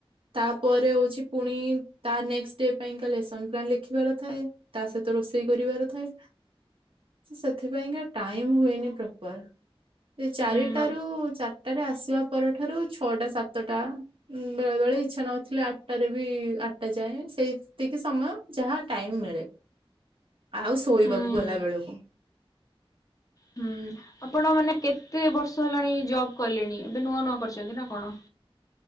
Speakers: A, on the right; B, on the left.
A: ତାପରେ ହଉଛି ପୁଣି ତା ନେକ୍ସଟ ଡେ ପାଇଁକା ଲେସନ ପ୍ଲାନ୍ ଲେଖିବାର ଥାଏ। ତା ସହିତ ରୋଷେଇ କରିବାର ଥାଏ। ସେଥିପାଇଁକା ଟାଇମ ହୁଏନି ପ୍ରପର ଚାରିଟାରୁ,
B: ହୁଁ
A: ଚାରିଟାରେ ଆସିବା ପରଠାରୁ ଛଅଟା ସାତଟା ବେଳେ ବେଳେ ଇଛା ନଉଥିଲେ ଆଠଟାରେ ବି, ଆଠଟା ଯାଏ ସେଇତିକି ସମୟ ଯାହା ଟାଇମ ମିଳେ। ଆଉ ଶୋଇବାକୁ
B: ହୁଁ
A: ଗଲା ବେଳକୁ
B: ହୁଁ ଆପଣ ମାନେ କେତେ ବର୍ଷ ହେଲାଣି ଜବ୍ କଲେଣି ଏବେ ନୂଆ ନୂଆ କରିଛନ୍ତି ନା କଣ?